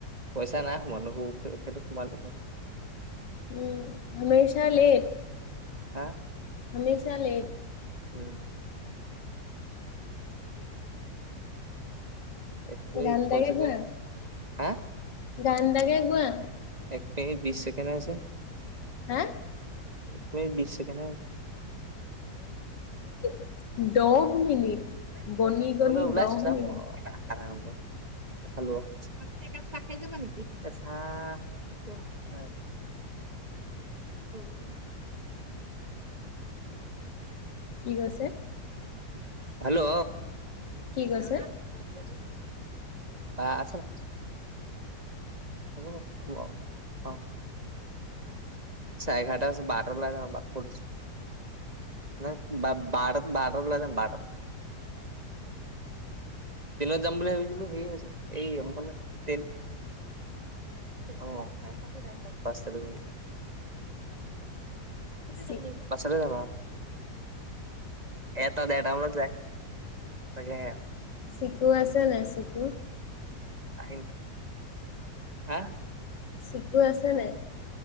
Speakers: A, on the right (about 25°); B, on the left (about 85°).
A: পইচা নাই সোমোৱা সেইটো সোমালে হয়।
B: উম, হমেচা লেট।
A: হা
B: হমেচা লেত।
A: উম। এক মিনিট
B: গান
A: ওঠৰ
B: তাকে
A: ছেকেণ্ড
B: গোৱা,
A: হা
B: গান তাকে গোৱা?
A: এক মিনিত বিশ ছেকেণ্ড হে হয়চে।
B: হা
A: এক মিনিত বিশ ছেকেণ্ড হে হয়চে।
B: <unintelligible> দহ মিনিট।
A: <unintelligible>
B: গণি গণি
A: ওলাইছো
B: দহ
A: যাম
B: মিনিট
A: আৰু। <unintelligible> মাজতে এক কাপ চাহ খায় জাবা নেকি এ চা কোৱা <unintelligible>
B: কি কৈছে
A: হেল্ল'!
B: কি
A: <unintelligible>
B: কৈছে?
A: বা আছে নে? <unintelligible> চাৰে এঘাৰটা হয়চে বাৰটাত উলায় জাও ৰবা। <unintelligible> নায় বাৰতাত বাৰতাত উলাই যাম বাৰতাত। ট্ৰেইনত যাম বুলি ভাবিছিলো হেৰি হৈছে এইফালে ট্ৰেইন অ', পাঁচটাতে যাব লাগিব। পাঁচটাতে
B: চি
A: যাব লাগিব, পাঁচটাতে যাম আৰু। এটা দেৰটা মানত যায় তাকেহে।
B: চিকু আছে নাই চিকু?
A: আহিল হা
B: চিকু আছে নাই?